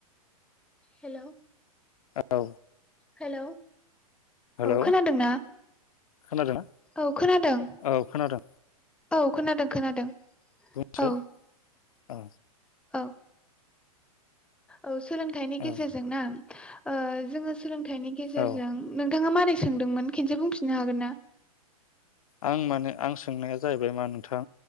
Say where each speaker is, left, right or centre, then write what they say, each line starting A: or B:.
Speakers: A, in the centre; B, on the left.
A: हेल'।
B: औ
A: हेल'
B: हेलौ
A: औ खोनादोंना?
B: खोनादोंना
A: औ खोनादों
B: औ खोनादों
A: औ खोनादों खोनादों
B: बुंसै
A: औ
B: औ
A: औ। औ सोलोंथाइनि गेजेरजों
B: औ
A: ना ओ जोङो सोलोंथाइनि गेजेरजों
B: औ
A: नों नोंथाङा मारै सोंदोंमोन खेनसे बुंफिननो हागोन ना?
B: आं माने आं सोंनाया जाहैबाय मा नोंथां